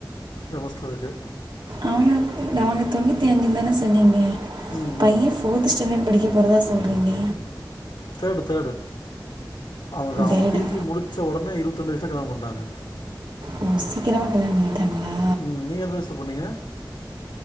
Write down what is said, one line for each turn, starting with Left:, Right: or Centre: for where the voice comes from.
Left: செமஸ்ட்டர்ருக்கு
Right: அவிங்களுக்கு அவங்க தொண்ணூத்தி அஞ்சுந்தானே சொன்னிங்க
Left: ம்,
Right: பையன்
Left: ம்.
Right: ஃபோர்த் ஸ்டாண்டட் படிக்க போறதா சொல்றிங்க
Left: தேர்டு தேர்டு அவுங்க்கு அவங்க
Right: டேடா
Left: பி ஜி முடிச்ச உடனே இருபத்து ரெண்டு வயசுல கல்யாணம் பண்ணிட்டாங்க
Right: ஓ சீக்கிரமா கல்யாண பண்ணிட்டாங்களா
Left: ம். நீங்க எத்தன வயஸ்ல பண்ணிங்க